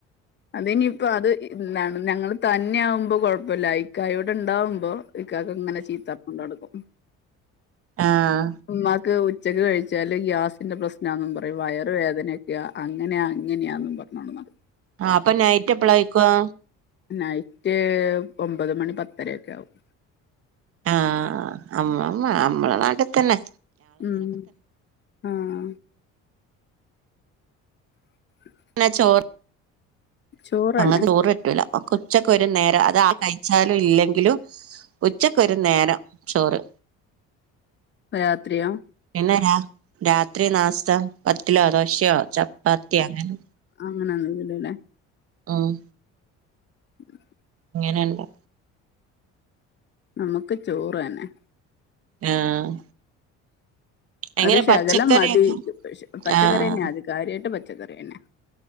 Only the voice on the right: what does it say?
ആഹ്
ആഹ് അപ്പൊ നൈറ്റ് എപ്പളേയ്ക്കും
ആഹ് അമ്മള് മ്മ നമ്മളെ നാട്ട്ത്തന്നെ
ന്നാ ചോറ്
ഞങ്ങക്ക് ചോറ് പറ്റൂല്ല മ്മക്ക് ഉച്ചക്കൊരു നേരം അത് ആ കഴിച്ചാലും ഇല്ലെങ്കിലും ഉച്ചക്കൊരു നേരം ചോറ്
പിന്നെ രാ രാത്രി നാസ്ത പത്തിലോ ദോശയോ ചപ്പാത്യോ അങ്ങനെ
ആഹ്
ങ്ങനെയണ്ടോ
ആഹ് എങ്ങനെ
പച്ചക്കറിയൊക്കെ
ആഹ്